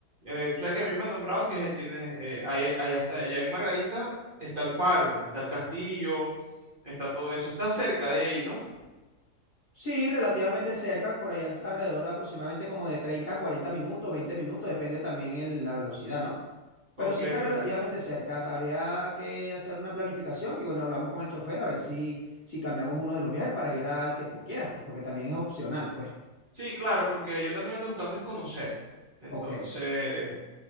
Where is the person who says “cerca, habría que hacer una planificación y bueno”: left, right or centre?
Left